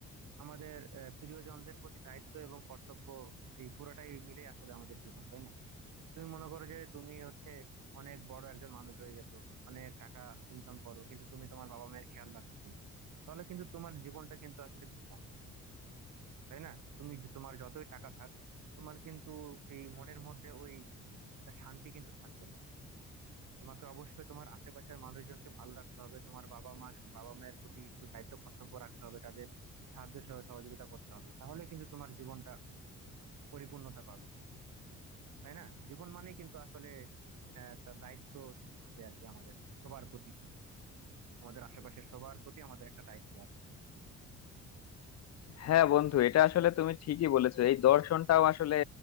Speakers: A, on the right; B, on the left.
A: আমাদের আহ, প্রিয়জনদের প্রতি দায়িত্ব এবং কর্তব্য এই পুরোটাই মিলে আসলে আমাদের জীবন তাই না তুমি মনে করো যে তুমি হচ্ছে অনেক বড় একজন মানুষ হয়ে গেছো অনেক টাকা ইনকাম করো কিন্তু তুমি তোমার বাবা মায়ের খেয়াল রাখতেছো না তাহলে কিন্তু তোমার জীবনটা কিন্তু আসলে বৃথা তাই না তুমি যে- তোমার যতই টাকা থাক তোমার কিন্তু এই মনের মধ্যে ওই শান্তি কিন্তু থাকবে না তোমাকে অবশ্যই তোমার আশেপাশের মানুষজনকে ভালো রাখতে হবে তোমার বাবা মা বাবা মায়ের প্রতি একটু দায়িত্ব কর্তব্য রাখতে হবে তাদের সাহায্য সহ সহযোগিতা করতে হবে তাহলে কিন্তু তোমার জীবনটা পরিপূর্ণতা পাবে তাই না জীবন মানে কিন্তু আসলে আহ, একটা দায়িত্ব আছে আর কি আমাদের সবার প্রতি আমাদের আশেপাশের সবার প্রতি আমাদের একটা দায়িত্ব আছে
B: হ্যাঁ বন্ধু এটা আসলে তুমি ঠিকই বলেছো এই দর্শনটাও আসলে